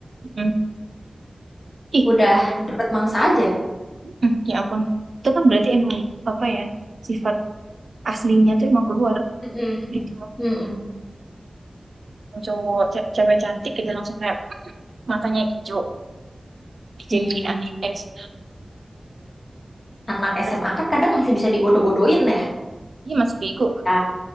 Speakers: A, on the right; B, on the left.
A: mm, ih
B: Udah dapet mangsa aja.
A: mm, ya ampun itu kan berarti emang apa ya sifat aslinya tuh emang keluar
B: Mm-mm.
A: gitu
B: Mm-mm.
A: cowok ce- cewek cantik aja langsung kayak matanya hijau dijadiin
B: Ih,
A: AS
B: anak
A: Terus
B: SMA kan kadang masih bisa dibodoh-bodohin ya.
A: dia masih bego
B: Ya,